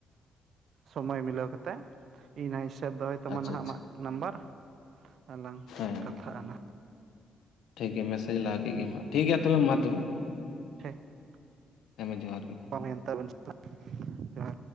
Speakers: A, on the right; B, on the left.
A: ᱥᱳᱢᱳᱭ ᱢᱤᱞᱟᱹᱣ ᱠᱟᱛᱮᱫ ᱤᱧ ᱦᱟᱸᱜ ᱤᱧ ᱥᱮᱯ ᱫᱚᱦᱚᱭ ᱛᱟᱢᱟ
B: ᱟᱪᱪᱷᱟ
A: ᱱᱦᱟᱸᱜ
B: ᱟᱪᱪᱷᱟ
A: ᱟᱢᱟᱜ ᱱᱟᱢᱵᱟᱨ ᱟᱨᱞᱟᱟᱝ
B: ᱦᱮᱸ
A: ᱠᱟᱛᱷᱟᱜᱼᱟᱱᱟ
B: ᱴᱷᱤᱠ ᱜᱮᱭᱟ ᱢᱮᱥᱮᱡᱽ ᱞᱟᱦᱟ ᱠᱮᱫ ᱜᱮᱢ ᱦᱟᱸᱜ ᱴᱷᱤᱠ ᱜᱮᱭᱟ ᱛᱚᱵᱮ ᱢᱟ ᱛᱚᱵᱮ
A: <unintelligible>
B: ᱦᱮᱸᱢᱟ ᱡᱚᱦᱟᱨ ᱜᱮ
A: ᱦᱮᱸ ᱛᱟᱵᱮᱱ ᱡᱚᱦᱟᱨ